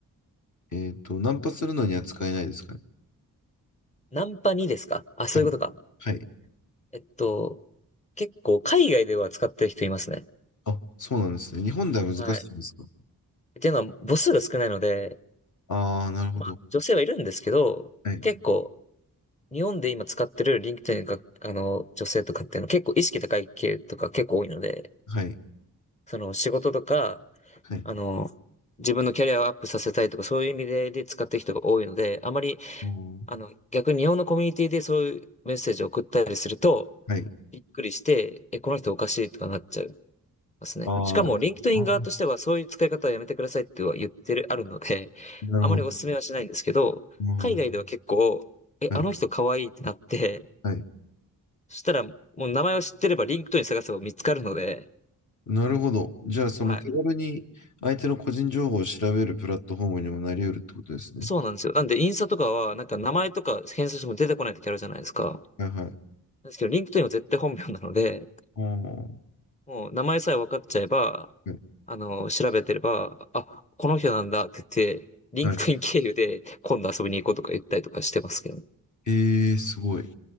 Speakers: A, on the left; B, on the left.
A: えっと、ナンパするのには使えないですかね。
B: ナンパにですかあ、そういうことか。
A: はい。はい。
B: えっと、結構海外では使ってる人いますね。
A: あ、そうなんですね。日本では難しいんですか
B: はいっていうのは母数が少ないので、
A: ああー、なるほど。
B: まあ女性はいるんですけど、
A: はい。
B: 結構日本で今使ってるリンク k e ン i が、あの、女性とかっていうのは結構意識高い系とか結構多いので、
A: はい。
B: その仕事とか、
A: はい。
B: あの、自分のキャリアをアップさせたいとかそういう意味で、で使ってる人が多いので、あまり、
A: うん
B: あの、逆に日本のコミュニティでそういうメッセージを送ったりすると、
A: はい。
B: びっくりして、え、この人おかしいとかなっちゃう。ますね。
A: あーあー、
B: しかも、リンクトイン側としては、そういう使い方はやめてくださいっては言ってる、あるので、<laughs>
A: なるほど。
B: あまりお勧めはしないんですけど、
A: うん、
B: 海外では結構、え、
A: はい。
B: あの人可愛いってなって、
A: はい。
B: そしたら、もう名前を知ってれば、リンクトイン探せば見つかるので、
A: なるほど。じゃあ、その手軽に相手の個人情報を調べるプラットフォームにもなり得るってことですね。
B: はい。そうなんですよ。なんで、インスタとかは、なんか名前とか検索しても出てこない時あるじゃないですか。
A: はいはい。
B: なんですけど、リンクトインは絶対本名なので、
A: あー
B: もう名前さえ分かっちゃえば、
A: はい。
B: あの、調べてれば、あ、この人なんだって言って、リンクトイン経由で今度遊びに行こうとか言ったりとかしてますけどね。
A: はいえー、すごい。